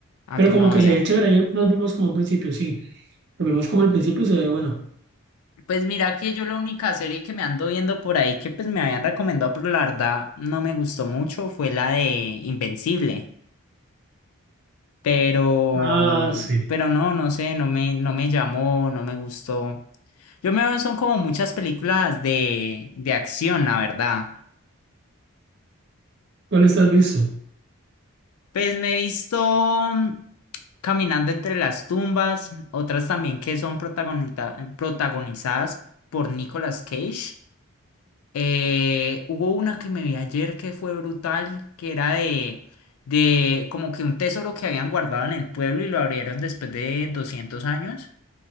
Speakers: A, on the left (about 80°); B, on the right (about 50°).
A: A
B: Pero
A: tu
B: como
A: novia.
B: que se ve chévere, ayer nos vimos como al principio, sí. Nos vimos como al principio y se ve bueno.
A: Pues mira que yo la única serie que me ando viendo por ahí que pues me habían recomendado, pero la verdad no me gustó mucho, fue la de Invencible. Pero,
B: Ah, sí.
A: pero no, no sé, no me, no me llamó, no me gustó. Yo me veo, son como muchas películas de, de acción, la verdad.
B: ¿Cuál estás visto?
A: Pues me he visto mm, Caminando entre las tumbas, otras también que son protagonita- protagonizadas por Nicolas Cage. Eh, hubo una que me vi ayer que fue brutal, que era de, de como que un tesoro que habían guardado en el pueblo y lo abrieron después de 200 años